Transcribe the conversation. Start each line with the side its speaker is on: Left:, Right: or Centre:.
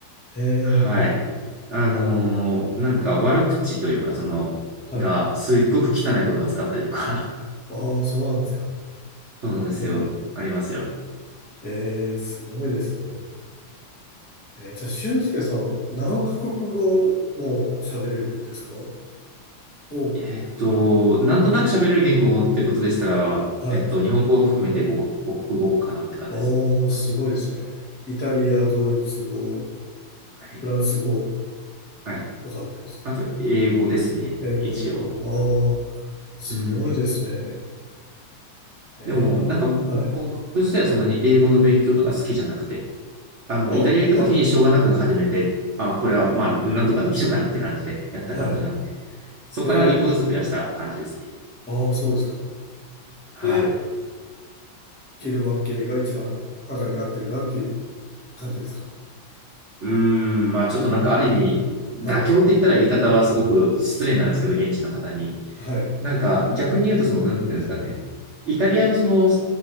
Left: ええ
Right: はい。あのーなんか悪口というか、
Left: なるほど。
Right: その、
Left: はい。
Right: が、すっごく汚い言葉使ったりとか、
Left: ああ、そうなんですか。
Right: <laughs> そうなんですよ。
Left: え
Right: ありますよ。
Left: え、ええ、すごいですね。えー、じゃあ、俊介さん、何カ国語も喋れるんですかお、
Right: えっと、なんとなく喋れる言語ってことでしたら、
Left: はい。
Right: えっと、日本語を含めて5カ国語かなって感じですね。
Left: おー、すごいですね。イタリア、ドイツ語、
Right: はい。
Left: フランス語
Right: はい。
Left: とかってですね。
Right: あと、英語ですね。
Left: 英語、
Right: 一応。
Left: 日本語。ああ、すごいですね。
Right: うん。
Left: ええ、
Right: でも、なんか、
Left: はい。
Right: 僕自体はそんなに英語の勉強とか好きじゃなくて、あの、
Left: あ、
Right: イタリア行った時にしょうがなく始めて、
Left: はい、
Right: あ、これはまあ、なんとかできるかなって感じでやった感じなので、
Left: はい。
Right: そこから一個ずつ増やした感じですね。
Left: ええ、ああ、そうですか。
Right: はい。
Left: で、ゲルマン系が一番肌に合ってるなっていう感じですか
Right: うーん、まあちょっとなんかある意味、妥協って言ったら言い方はすごく失礼なんですけど、
Left: はい、
Right: 現地の方に。
Left: はい、
Right: なんか逆に言うと、その、なんていうんですかね、イタリアのその、